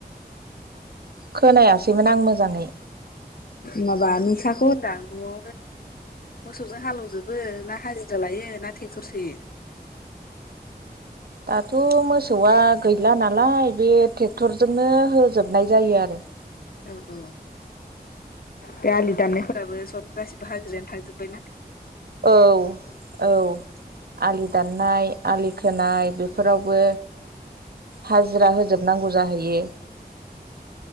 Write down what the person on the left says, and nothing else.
माबा नुसा बेखौ होनदां न'आवनो मोसौजों हालौजोबो ना हाजिरा लायो ना ट्रेक्टर सोयो। <inaudible>
औ -औ बे आलि दाननायफो राबो सब गासिबो हाजिरायानो थांजोब्बाय ना।